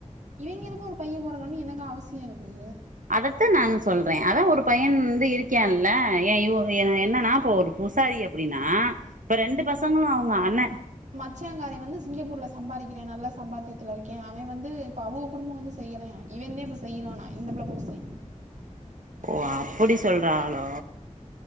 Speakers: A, on the right; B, on the right.
A: இவய்ங்களுக்கு ஒரு பைய பொறந்தான் என்னக்கா அவசிய இருக்கு
B: அதத்தா நானு சொல்றே அதா ஒரு பையன் வந்து இருக்கான்ல எ இது எ என்னன்னா இப்போ ஒரு பூசாரிய அப்படீனா இப்ப ரெண்டு பசங்களு அவுங்க அண்ண
A: ச்சங்கார வந்து சிங்கப்பூர்ல சம்பாதிக்கிறே நல்லா சம்பாத்தியத்துல இருக்கே அவ வந்து இப்ப அவுக குடும்போ வந்து செய்யலயா இவந்தே இப்போ செய்யுறான்னா இந்த பிள்ள புருசே
B: ஓ அப்படி சொல்றாகளோ